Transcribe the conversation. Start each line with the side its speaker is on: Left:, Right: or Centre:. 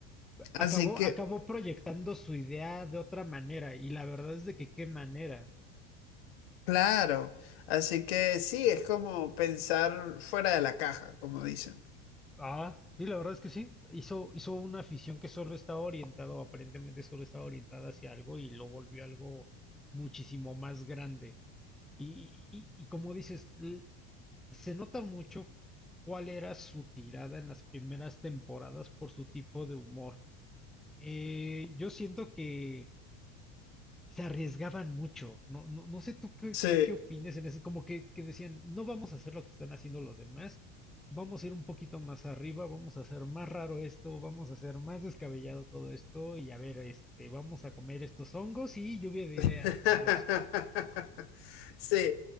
Left: Así
Centre: acabó,
Left: que,
Centre: acabó proyectando su idea de otra manera y la verdad es de que qué manera.
Left: claro, así que sí, es como pensar fuera de la caja, como dicen.
Centre: Ah, sí, la verdad es que sí. Hizo, hizo una afición que solo estaba orientado, aparentemente solo estaba orientada hacia algo y lo volvió algo muchísimo más grande. Y, y- y como dices, l- se nota mucho cuál era su tirada en las primeras temporadas por su tipo de humor. Eh, yo siento que se arriesgaban mucho. No, no, no sé tú qué,
Left: Sí.
Centre: qué, qué opines en ese, como que, que decían, no vamos a hacer lo que están haciendo los demás, vamos a ir un poquito más arriba, vamos a hacer más raro esto, vamos a hacer más descabellado todo esto, y a ver, este, vamos a comer estos hongos y lluvia de ideas,
Left: <laughs>
Centre: amigos.
Left: Sí,